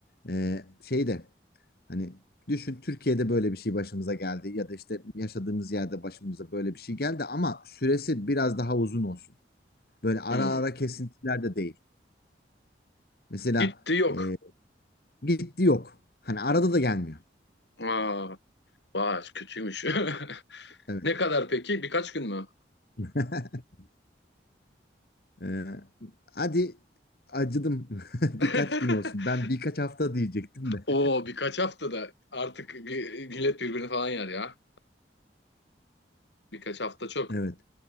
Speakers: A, on the left; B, on the left.
A: Ee, şey de Hani düşün Türkiye'de böyle bir şey başımıza geldi ya da işte yaşadığımız yerde başımıza böyle bir şey geldi ama süresi biraz daha uzun olsun. Böyle ara
B: Hmm.
A: ara kesintiler de değil. Mesela
B: Gitti yok.
A: e, gitti yok. Hani arada da gelmiyor.
B: Aa, vay kötüymüş. <laughs>
A: Evet.
B: Ne kadar peki? Birkaç gün mü?
A: <laughs> E, hadi acıdım <laughs>
B: <laughs>
A: birkaç gün olsun. Ben birkaç hafta diyecektim de.
B: Oo
A: <laughs>
B: birkaç haftada artık bir, millet birbirini falan yer ya. Birkaç hafta çok.
A: Evet.